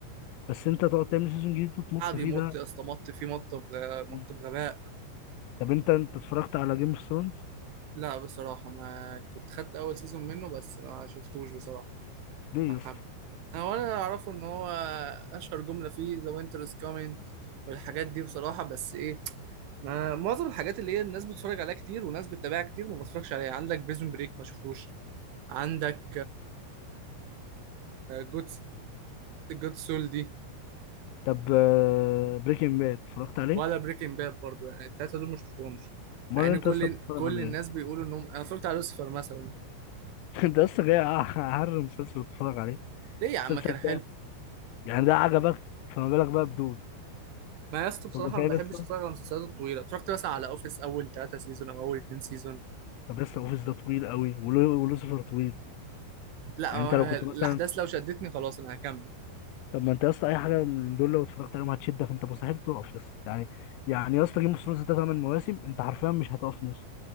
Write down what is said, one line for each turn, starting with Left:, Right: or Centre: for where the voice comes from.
Left: بس انت تقعد تعمل سيزون جديد وتمط
Right: قعد
Left: فيه
Right: يمط
Left: ده
Right: يا اسطى مط فيه مط بغ- مط
Left: مم.
Right: بغباء
Left: طب انت انت اتفرجت على جيم اوف ثرونز
Right: لا بصراحة ما كنت خدت أول سيزون منه بس ما شفتوش بصراحة
Left: ليه
Right: ما
Left: يا
Right: حب
Left: اسطى
Right: أنا ولا أعرفه إن هو أشهر جملة فيه The winter is coming والحاجات دي بصراحة بس إيه ما معظم الحاجات اللي هي الناس بتتفرج عليها كتير وناس بتتابعها كتير ما بتفرجش عليها عندك بريزون بريك ما شفتوش عندك جود جود سول دي
Left: طب بريكنج باد اتفرجت عليه
Right: ولا بريكنج باد برضه يعني التلاتة دول ما شفتهمش
Left: امال
Right: مع إن
Left: انت
Right: كل
Left: لسه بتتفرج
Right: كل
Left: على
Right: الناس
Left: ايه
Right: بيقولوا إنهم أنا اتفرجت على لوسيفر مثلا
Left: <laughs> انت لسه جاي اعرف مسلسل بتتفرج عليه
Right: ليه يا عم
Left: مسلسل
Right: كان حلو
Left: تاني يعني ده عجبك فما بالك بقى بدول
Right: ما يا اسطى بصراحة
Left: طب تخيل
Right: ما بحبش
Left: لسه
Right: اتفرج على المسلسلات الطويلة اتفرجت مثلا على اوفيس اول ثلاثة سيزون او اول اتنين سيزون
Left: طب لسه اوفيس ده طويل قوي ولو- ولوسيفر طويل
Right: لا
Left: يعني
Right: هو
Left: انت
Right: أنا
Left: لو كنت
Right: الاحداث
Left: مثلا
Right: لو شدتني خلاص انا هكمل
Left: طب ما انت يا اسطى اي حاجه من دول لو اتفرجت عليهم هتشدك انت مستحيل تقف يا اسطى يعني يعني يا اسطى جيم اوف ثرونز ده ثمان مواسم انت حرفيا مش هتقف موسم